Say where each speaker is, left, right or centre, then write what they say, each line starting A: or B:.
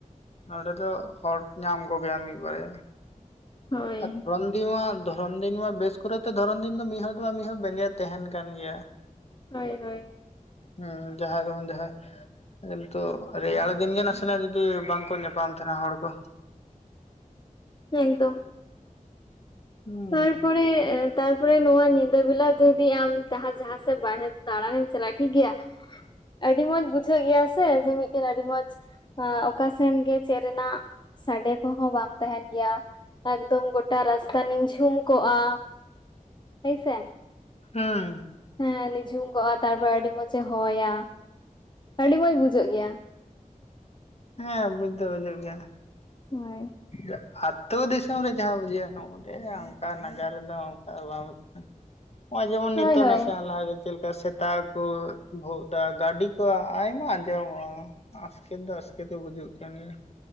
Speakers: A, on the left (about 50°); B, on the left (about 35°).
A: ᱱᱚᱰᱮ ᱫᱚ ᱦᱚᱲ ᱧᱟᱢ ᱠᱚᱜᱮᱭᱟᱢ ᱢᱤᱫ ᱵᱟᱨᱭᱟ
B: ᱦᱳᱭ
A: ᱟᱨ <unintelligible> ᱫᱤᱱ ᱢᱟ ᱫᱷᱚᱨᱚᱱ ᱫᱤᱱ ᱢᱟ ᱵᱮᱥ ᱠᱚᱨᱮ ᱛᱮ ᱫᱷᱚᱨᱚᱱ ᱫᱤᱱ ᱫᱚ ᱢᱤᱫ ᱦᱚᱲ ᱫᱚ ᱢᱤᱫ ᱦᱚᱲ ᱵᱮᱸᱜᱮᱫ ᱛᱟᱦᱮᱱ ᱠᱟᱱ ᱜᱮᱭᱟ᱾
B: ᱦᱳᱭ, ᱦᱳᱭ
A: ᱦᱩᱸ ᱡᱟᱦᱟᱸᱭ ᱫᱚ ᱵᱟᱝ ᱡᱟᱦᱟᱸᱭᱼ ᱠᱤᱱᱛᱩ ᱨᱮᱭᱟᱲ ᱫᱤᱱ ᱜᱮ ᱱᱟᱥᱮᱱᱟᱜ ᱡᱩᱫᱤ ᱵᱟᱝᱠᱚ ᱧᱟᱯᱟᱢ ᱛᱟᱦᱮᱱᱟ ᱦᱚᱲ ᱠᱚ᱾
B: ᱦᱮ ᱮᱠᱫᱚᱢᱼᱼ
A: ᱦᱩᱸ
B: ᱛᱟᱨᱯᱚᱨᱮ ᱛᱟᱨᱯᱚᱨᱮ ᱱᱚᱣᱟ ᱧᱤᱫᱟᱹ ᱵᱮᱞᱟᱼᱼ ᱡᱩᱫᱤ ᱟᱢ ᱛᱟᱦᱟᱸ ᱡᱟᱦᱟᱸ ᱥᱮᱫ ᱵᱟᱦᱨᱮ ᱫᱟᱰᱟᱱ ᱮᱢ ᱪᱟᱞᱟᱜᱼᱟ ᱴᱷᱤᱠ ᱜᱮᱭᱟᱼᱼ ᱟᱹᱰᱤ ᱢᱚᱸᱡᱽ ᱵᱩᱡᱷᱟᱹᱜ ᱜᱮᱭᱟ ᱥᱮ ᱡᱮ ᱢᱤᱫᱴᱮᱱ ᱟᱹᱰᱤ ᱢᱚᱸᱡᱽ ᱚᱠᱟ ᱥᱮᱱ ᱜᱮ ᱪᱮᱫ ᱨᱮᱱᱟᱜᱼᱼ ᱥᱟᱰᱮ ᱠᱚᱦᱚᱸ ᱵᱟᱝ ᱛᱟᱸᱦᱮᱱ ᱜᱮᱭᱟ ᱮᱠᱫᱚᱢ ᱜᱚᱴᱟ ᱨᱟᱥᱛᱟ ᱱᱤᱸᱡᱷᱩᱢᱼᱼ ᱡᱷᱩᱢ ᱠᱚᱜᱼᱟ ᱦᱳᱭᱥᱮ
A: ᱦᱩᱸᱻ
B: ᱦᱮᱸ ᱱᱤᱡᱷᱩᱢ ᱠᱚᱜᱼᱟ ᱛᱟᱨᱯᱚᱨᱮ ᱟᱹᱰᱤ ᱢᱚᱸᱡᱽ ᱮ ᱦᱚᱭᱟ ᱟᱹᱰᱤ ᱢᱚᱸᱡᱽ ᱵᱩᱡᱷᱟᱹᱜ ᱜᱮᱭᱟ᱾
A: ᱦᱮᱸ ᱵᱩᱡ ᱫᱚ ᱵᱩᱡᱩᱜ ᱜᱮᱭᱟ᱾
B: ᱦᱳᱭ
A: ᱟ ᱟᱹᱛᱩ ᱫᱤᱥᱚᱢ ᱨᱮ ᱡᱟᱦᱟᱸ ᱵᱩᱡᱷᱟᱹᱜᱼᱟ ᱱᱚᱜᱼ ᱚᱰᱮ ᱚᱱᱠᱟ ᱱᱟᱜᱟᱨ ᱨᱮᱫᱚ ᱚᱱᱠᱟ ᱵᱟᱝ ᱵᱩᱡᱷᱟᱹᱣᱼᱼ ᱱᱚᱜ-ᱚᱭ ᱡᱮᱢᱚᱱ
B: ᱦᱳᱭ
A: ᱱᱤᱛᱚᱜ
B: ᱦᱳᱭ
A: ᱱᱟᱥᱮ ᱞᱟᱦᱟ ᱜᱮᱼᱼ ᱪᱮᱫ ᱞᱮᱠᱟ ᱥᱮᱛᱟ ᱠᱚ ᱵᱷᱚᱜ ᱫᱟ ᱜᱟᱹᱰᱤ ᱠᱚ ᱟᱭᱢᱟ ᱟᱸᱡᱚᱢᱚᱜᱼᱟ᱾ ᱟᱥᱠᱮᱛ ᱫᱚ ᱟᱥᱠᱮᱛ ᱜᱮ ᱵᱩᱡᱩᱜ ᱠᱟᱱᱟ